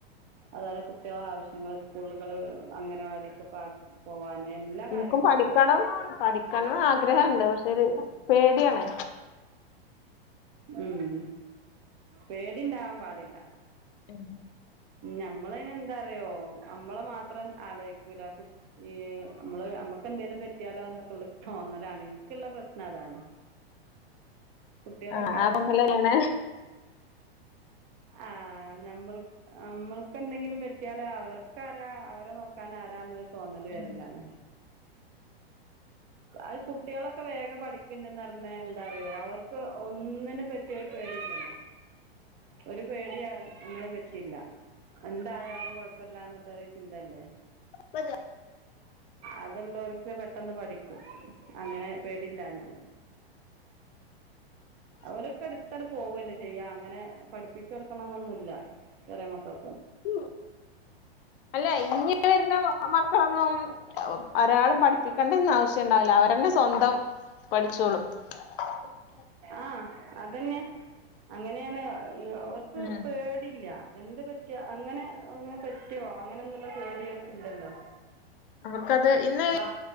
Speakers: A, on the right (about 45°); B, on the left (about 60°).
A: അതോല കുട്ടികള ആവശ്യങ്ങൾ സ്കൂളുകള് അംഗനവാടികൊക്ക ആക്കി പോവാന എല്ലാ
B: എനിക്കും
A: കാര്യങ്ങൾക്കും
B: പഠിക്കണം പഠിക്കണം ആഗ്രഹണ്ട് പക്ഷെ പേടിയാണ്
A: ഉം പേടിണ്ടാവാൻ പാടില്ല
B: ഉം
A: നമ്മളനെ എന്താറിയോ നമ്മള മാത്രം ആലോചക്കൂല്ല കു ഈ നമ്മള് നമ്മക്ക് എന്തെേലും പറ്റിയാലോ എന്നൊക്കെള്ള തോന്നലാണ് എനിക്കുള്ള പ്രശ്നം അതാണ് കുട്ടികളൊക്കെ
B: ആ ആ അതൊന്നലന്നാണ്
A: ആനമ്മൾ നമ്മൾ എന്തെങ്കിലും പറ്റിയാല് അവർക്ക്രാ അവരെ നോക്കാൻ ആരാന്ന് തോന്നല്
B: ഉം
A: വരലാാണ് അത് കുട്ടികളൊക്കെ വേഗം പഠ ണ്ടന്ന് പറഞ്ഞ എന്താറിയോ അവർക്ക് ഒന്നിനെ പറ്റിയൊരു പേടില്ലല്ലോ ഒരു പേടി അമ്മനെ പറ്റിയില്ല എന്തായാലും കൊഴപ്പില്ലാന്നുള്ളരു ചിന്തയല്ലേ
B: പഞ്ഞ
A: അതള്ളവർക്ക് പെട്ടെന്ന് പഠിക്കും അങ്ങനെ പേടില്ല ഞാല് അവലൊക്കെ അടുത്തടെ പോവല്ലേ ചെയ്യ അങ്ങനെ പഠിപ്പിച്ചു കൊടുക്കണന്നൊന്നുമല്ല ചെറിയ മക്കൾ
B: ഉ അല്ല ഇങ്ങ വരുന്ന മാ മക്കളൊന്നും ഒരാളും പഠിപ്പിക്കണ്ടന്ന ആവശ്യംുണ്ടാവില്ല അവരന്നെ സ്വന്തം പഠിച്ചോളും <inaudible>
A: ആഹ അതന്നെ അങ്ങനെയാണ് അവർക്ക്
B: ഉം
A: പേടില്ല എന്ത് പറ്റിയ അങ്ങനെ അങ്ങനെ പറ്റിയോ അങ്ങനെന്നുള്ള ചോദ അവർക്ക ഇല്ലന്തോ
B: അവർക്കത് ഇന്ന്
A: ബാ